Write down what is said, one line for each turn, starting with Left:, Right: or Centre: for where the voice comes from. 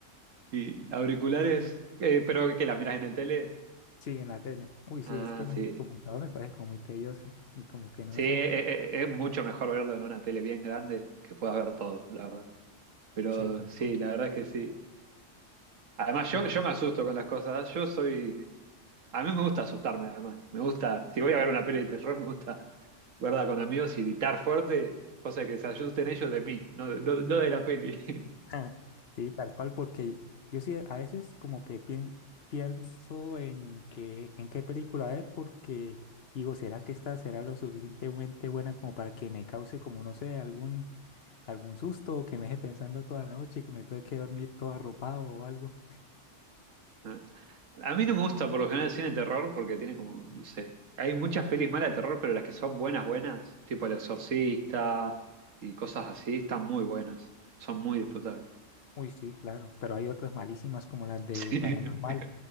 Right: Y auriculares, eh, pero que la miras en el tele.
Left: Sí, en la tele. Uy, sí,
Right: Ah,
Left: es que en
Right: sí.
Left: el computador me parece como muy tedioso y como que no
Right: Sí,
Left: sé.
Right: eh, eh, es mucho mejor verlo en una tele bien grande que puedas ver todo, la verdad. Pero
Left: Sí, tal
Right: sí,
Left: cual.
Right: la verdad es que sí. Además,
Left: Es que
Right: yo,
Left: sí,
Right: yo me asusto con las cosas. Yo soy. A mí me gusta asustarme, además. Me gusta. Si voy a ver una peli de terror, me gusta verla con amigos y gritar fuerte, cosa que se asusten ellos de mí, no, de no- no de la peli.
Left: <laughs> Sí, tal cual, porque yo sí a veces como que pien- pienso en qué, en qué película ver, porque digo, ¿será que esta será lo suficientemente buena como para que me cause como, no sé, algún, algún susto o que me deje pensando toda la noche, que me tenga que dormir todo arropado o algo?
Right: <laughs> A mí no me gusta por lo general el cine de terror porque tiene como, no sé. Hay muchas pelis malas de terror, pero las que son buenas, buenas, tipo El Exorcista y cosas así, están muy buenas. Son muy disfrutables.
Left: Uy, sí, claro, pero hay otras malísimas como las de
Right: <laughs>
Left: Paranormal.